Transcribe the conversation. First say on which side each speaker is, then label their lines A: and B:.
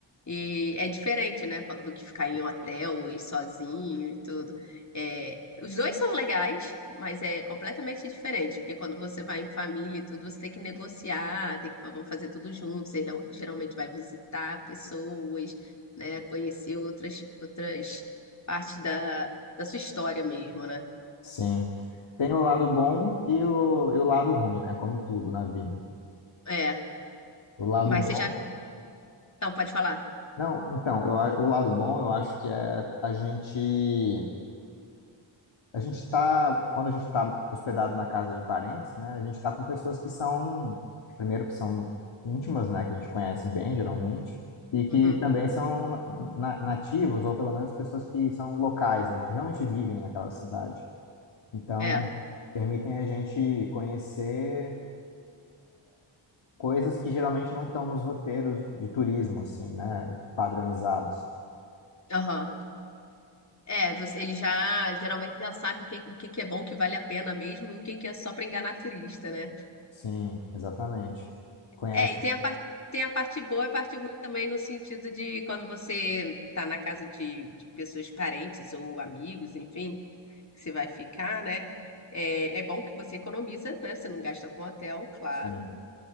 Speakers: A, on the left; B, on the left.
A: E é diferente, né, do que ficar em hotel e sozinho e tudo. É, os dois são legais, mas é completamente diferente, porque quando você vai em família e tudo, você tem que negociar, tem que vamos fazer tudo junto, você real- geralmente vai visitar pessoas, né, conhecer outras outras parte da da sua história mesmo, né?
B: sim. Tem o lado bom e o, e o lado ruim, né? Como tudo na vida.
A: É,
B: O lado
A: mas
B: bom.
A: você já. Não, pode falar.
B: Não, então, eu, a- o lado bom eu acho que é a gente. A gente tá. Quando a gente está hospedado na casa de parentes, né? A gente está com pessoas que são. Primeiro, que são íntimas, né? Que a gente conhece bem, geralmente. E que
A: Uhum.
B: também são na- na- nativos, ou pelo menos pessoas que são locais, né? Que realmente vivem naquela cidade. Então
A: É.
B: permitem a gente conhecer coisas que geralmente não estão nos roteiros de turismo, assim, né? Padronizados.
A: Aham. É, você, ele já geralmente já sabe o que, o que que é bom, o que vale a pena mesmo, e o que que é só pra enganar turista, né?
B: Sim, exatamente. Conhece?
A: É, e tem a parte tem a parte boa e a parte ruim também no sentido de quando você tá na casa de, de pessoas parentes ou amigos, enfim, que você vai ficar, né? É, é bom que você economiza, né? Você não gasta com hotel, claro.
B: Sim,